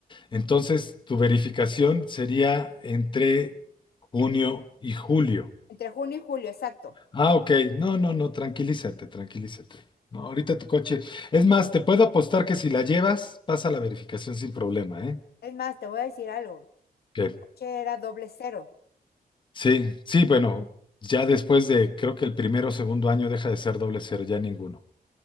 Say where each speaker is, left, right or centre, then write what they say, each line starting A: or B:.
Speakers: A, on the left (about 30°); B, on the left (about 85°).
A: entonces tu verificación sería entre junio y julio.
B: entre junio y julio, exacto.
A: Ah, ok, no, no, no, tranquilízate, tranquilízate. No, ahorita tu coche. Es más, te puedo apostar que si la llevas, pasa la verificación sin problema, ¿eh?
B: Es más, te voy a decir algo.
A: Ok.
B: Mi coche era doble cero.
A: Sí, sí, bueno, ya después de, creo que el primero o segundo año deja de ser doble cero, ya ninguno.